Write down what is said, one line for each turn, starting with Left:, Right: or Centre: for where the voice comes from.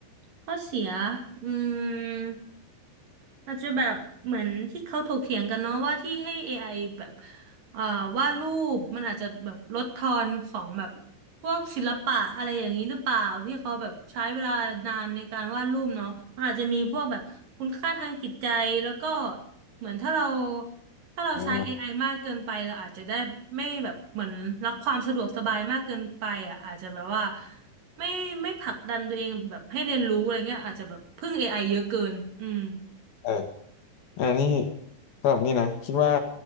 Right: ข้อเสียอืม อาจจะแบบเหมือนที่เขาถกเถียงกันเนาะว่าที่ให้ AI แบบเอ่อวาดรูปมันอาจจะแบบลดทอนของแบบพวกศิลปะอะไรอย่างนี้หรือเปล่าที่เขาแบบใช้เวลานานในการวาดรูปเนาะมันอาจจะมีพวกแบบคุณค่าทางจิตใจแล้วก็เหมือนถ้าเราถ้าเราใช้
Left: อ่
Right: AI มากเกินไปเราอาจจะได้ไม่แบบเหมือนรักความสะดวกสบายมากเกินไปอ่ะอาจจะแบบว่าไม่ไม่ผลักดันตัวเองแบบให้เรียนรู้อะไรเงี้ยอาจจะแบบพึ่ง AI เยอะเกินอืม
Left: า อันนี้สำหรับนี่นะคิดว่า